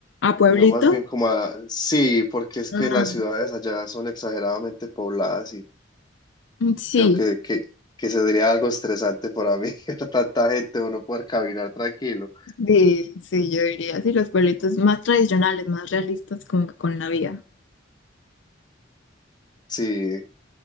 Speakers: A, on the left; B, on the left.
A: ¿A pueblito?
B: sino más bien como a, sí, porque es
A: Mm,
B: que las ciudades allá son exageradamente pobladas
A: Sí,
B: Creo que, que, que sería algo estresante para mí, <laughs> ver tanta gente o no poder caminar tranquilo.
A: sí, sí, yo diría, sí, los pueblitos más tradicionales, más realistas como que con la vida.
B: Sí,